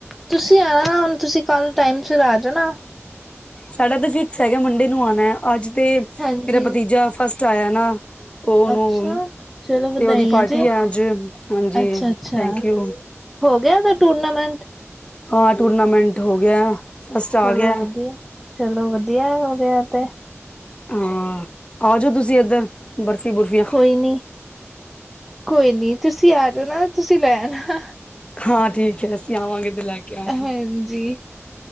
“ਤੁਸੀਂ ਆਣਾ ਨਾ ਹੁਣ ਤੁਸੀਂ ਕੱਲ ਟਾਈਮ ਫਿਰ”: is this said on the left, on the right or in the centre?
Centre